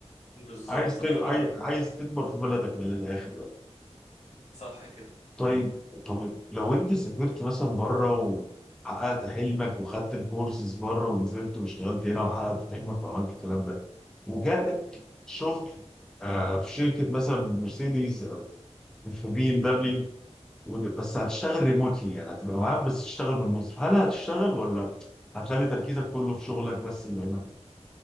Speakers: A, on the left (about 75°); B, in the centre.
A: بالظبط
B: عايز تج...
A: الله
B: عاي-
A: ينور عليك
B: عايز تكبر في بلدك من الاخر
A: صح كده
B: طيب طب لو انت سافرت مثلا بره وحققت حلمك وخدت الكورسز بره ونزلت واشتغلت هنا وحققت حلمك وعملت الكلام ده وجالك شغل آه في شركه مثلا مرسيدس او في بي ام دبليو بس هتشتغل ريموتلي يعني هتبقى معاهم بس تشتغل من مصر هل هتشتغل ولا هتخلي تركيزك كله في شغلك بس اللي هنا؟